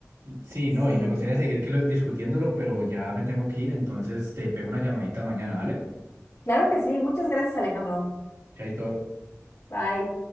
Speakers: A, on the right; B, on the left.
A: Sí,
B: Sí,
A: no, y me gustaría seguir que lo- discutiéndolo, pero ya me tengo que ir, entonces te pego una llamadita mañana, ¿vale?
B: claro que sí, muchas gracias Alejandro.
A: Chaito.
B: Bye.